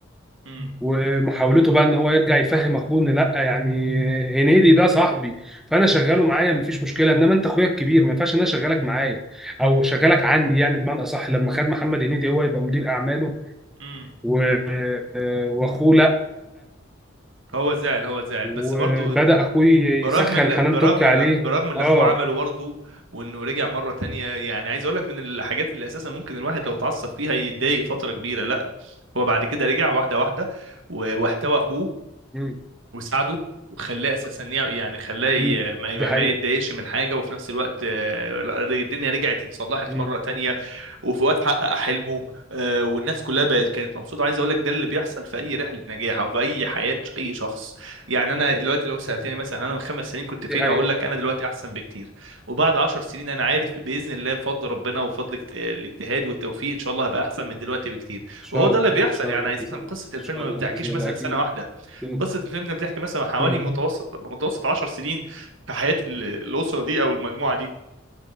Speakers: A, on the right; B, in the centre.
A: امم
B: ومحاولته بقى ان هو يرجع يفهم اخوه ان لا يعني هنيدي ده صاحبي فانا شغاله معايا مفيش مشكله انما انت اخويا الكبير ما ينفعش ان انا اشغلك معايا او اشغلك عندي يعني بمعنى اصح لما خد محمد هنيدي هو يبقى مدير اعماله
A: امم
B: و- واخوه لا
A: هو زعل هو زعل
B: وبدا
A: بس برضو
B: اخوي يسخن
A: برغم ال...
B: حنان
A: برغم
B: تركي عليه
A: ال... برغم اللي
B: اه
A: اخوه عمله برضه وانه رجع مره تانية يعني عايز اقول لك من الحاجات اللي اساسا ممكن الواحد لو اتعصب فيها يتضايق فتره كبيره لا هو بعد كده رجع واحده واحده و- واحتوى اخوه
B: مم.
A: وساعده وخلاه اساسا يع- يعني خلاه ي-
B: مم.
A: ما
B: دي
A: ما-
B: حقيقه
A: ما يتضايقش من حاجه وفي نفس الوقت آه، الدنيا رجعت اتصلحت
B: مم.
A: مره تانية وفي وقت حقق حلمه آه، والناس كلها بقت كانت مبسوطه عايز اقول لك ده اللي بيحصل في اي رحله نجاح او في اي حياه اي شخص يعني انا دلوقتي لو سالتني مثلا انا من خمس سنين كنت فين
B: دي حقيقه
A: اقول
B: ان
A: لك انا دلوقتي احسن بكتير وبعد عشر سنين انا عارف باذن الله بفضل ربنا وبفضل اجت- الاجتهاد والتوفيق ان شاء الله هبقى احسن من دلوقتي بكتير
B: شاء
A: وهو ده
B: الله
A: اللي بيحصل
B: ان شاء
A: يعني
B: الله باذن
A: اساسا
B: الله
A: قصه
B: ان
A: الفيلم
B: شاء
A: ما
B: الله
A: بتحكيش
B: باذن الله
A: مثلا
B: اكيد
A: سنه واحده
B: مم.
A: قصه الفيلم ده بتحكي مثلا حوالي
B: مم.
A: متوسط متوسط 10 سنين في حياه ال- الاسره دي او المجموعه دي